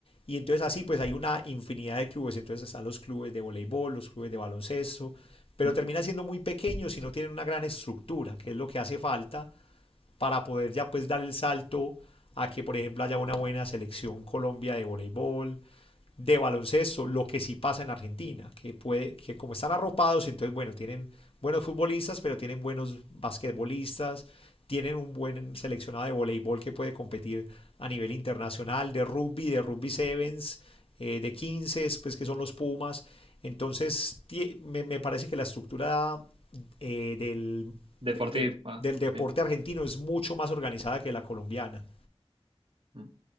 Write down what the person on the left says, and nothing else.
Y entonces así pues hay una infinidad de clubes, entonces están los clubes de voleibol, los clubes de baloncesto, pero
terminan siendo muy pequeños y no tienen una gran estructura, que es lo que hace falta para poder ya pues dar el salto a que por ejemplo haya una buena selección Colombia de voleibol, de baloncesto, lo que sí pasa en Argentina, que puede, que como están arropados, entonces bueno, tienen buenos futbolistas, pero tienen buenos basquetbolistas, tienen un buen seleccionado de voleibol que puede competir a nivel internacional, de rugby, de rugby sevens, eh, de 15, pues que son los Pumas. Entonces, me, me parece que la estructura eh, del,
del, de del deporte
argentino es mucho más organizada que la colombiana.